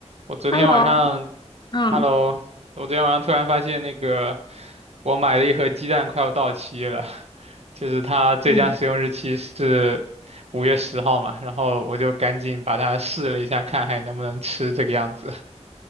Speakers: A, on the right; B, on the left.
A: 我昨天晚上
B: Hello，嗯
A: ，Hello，我昨天晚上突然发现那个我买了一盒鸡蛋快要到期了，<laughs> 就是它最佳使用日期是五月十号嘛，
B: 嗯，
A: 然后我就赶紧把它试了一下，看还能不能吃这个样子。